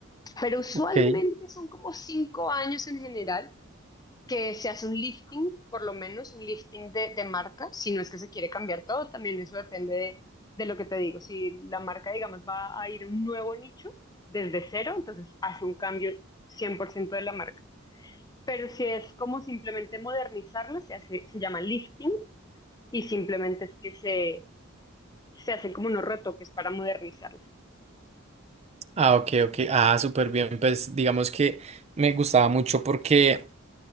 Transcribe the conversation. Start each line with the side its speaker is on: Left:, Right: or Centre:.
Left: Pero usualmente
Right: ok.
Left: son como cinco años en general que se hace un lifting, por lo menos un lifting de, de marca, si no es que se quiere cambiar todo, también eso depende de, de lo que te digo. Si la marca, digamos, va a ir a un nuevo nicho desde cero, entonces hace un cambio 100% de la marca. Pero si es como simplemente modernizarla, se hace, se llama lifting y simplemente es que se, se hacen como unos retoques para modernizarla.
Right: Ah, ok, ok. Ah, súper bien. Pues digamos que me gustaba mucho porque